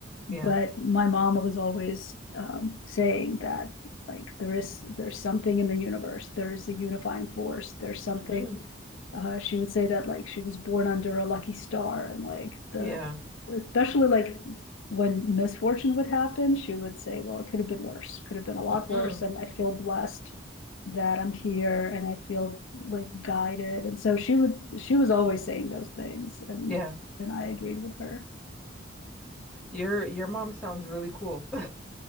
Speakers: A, on the left (about 85°); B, in the centre.
A: but
B: Yeah.
A: my mom was always um, saying that like there is there's something in the universe. There's a unifying force. There's something.
B: hmm
A: Uh, she would say that like she was born under a lucky star, and like the
B: Yeah.
A: especially like when misfortune would happen, she would say, "Well, it could have been worse. Could have been a lot
B: hmm
A: worse." And I feel blessed that I'm here and I feel like guided. And so she would she was always saying those things and
B: Yeah.
A: and I agreed with her.
B: Your your mom sounds really cool. <laughs>